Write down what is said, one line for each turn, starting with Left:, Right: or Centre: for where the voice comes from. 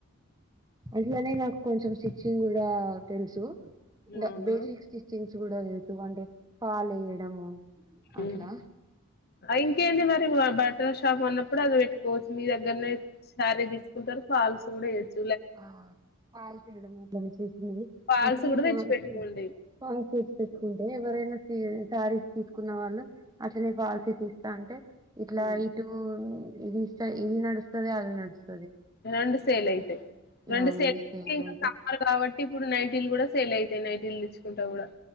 Right: అట్లానే నాకు కొంచెం స్టిచ్చింగ్ కూడా తెలుసు ద
Left: అవునా
Right: బేసిక్స్ స్టిచ్చింగ్స్ కూడా వెళ్తూవండి పలుయడము అట్లా
Left: ఉమ్. ఇంకేంది మరి బాటల్ షాప్ అన్నప్పుడు అది పెట్టుకోవచ్చు మీ దగ్గరనే శారీ తీసుకుంట తారు ఫాల్స్ కూడా వయచ్చు
Right: ఆ పాలు చేయడం అని చేసింది
Left: ఫాల్స్
Right: అట్లనే
Left: కూడా
Right: పా
Left: తెచ్చి పెట్టుకోండి
Right: పాలు చేసి పెట్టుకుంటే ఎవరైనా శారీస్ తీసుకున్న వాళ్ళు అట్లనే ఫాల్సీ తీ ఇస్తా అంటే ఇట్లా
Left: ఉమ్.
Right: ఇటు ఇది ఇష్ట ఇది నడుస్తుద అది నడుస్తుంది
Left: రండు సేల్ ఆయితే రెండు
Right: ఆ
Left: సల్
Right: ఫెయిల్ అయితాయి
Left: సారుగా బట్టి ఇప్పుడు నైటీ ఇల్లు కూడా సేల్ అయితాయి నైటి ఇల్లు తెచ్చుకుంటా కూడా